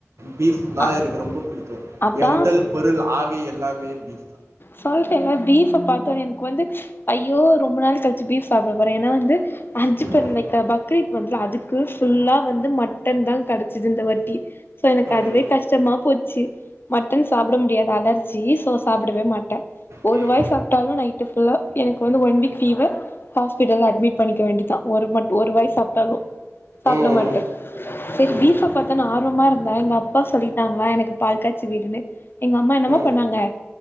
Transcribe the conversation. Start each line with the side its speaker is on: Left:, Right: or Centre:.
Right: பீஃப்னா
Left: அ
Right: எனக்கு ரொம்ப புடிக்கும்
Left: அதா
Right: என் உடல் பொருள் ஆவி எல்லாமே பீஃப் தா
Left: சொல்றேல்ல பீஃப் ஆ பாத்தோட்னே எனக்கு வந்து ஐயோ ரொ ரொம்ப நாள் கழிச்சி பீஃப் சாப்டப்போறே ஏன்னா வந்து அஞ்சு
Right: ம்
Left: பர் நிக்கா பக்ரீத் வர்துல்ல அதுக்கு ஃபுல்லா வந்து மட் மட்டன் தா கடைச்சிது இந்த வட்டி சோ எனக்கு
Right: ம்
Left: அதுவே கஷ்டமா போச்சி மட்டன் சாப்ட முடியாது அலர்ஜி சோ சாப்புடவே மாட்டே
Right: ம்
Left: ஒரு வாய் சாப்டாலு நைட்டு ஃபுல்லா எனக்கு வந்து ஒன் வீக் ஃபீவர் ஹாஸ்பிடல்ல அட்மிட் பண்ணிக்க வேண்டியதா ஒரு மட் வாய் சாப்ட்டாலு சாப்ட
Right: ம் ம்
Left: மாட்டே சரி
Right: ம்
Left: பீஃப பாத்தா நா ஆர்வமா இருந்தே எங்கப்பா சொல்லிட்டாங்களா எனக்கு பால்காச்சி விடுனு எங்கம்மா என்னமா
Right: ம் ம்
Left: பண்ணாங்க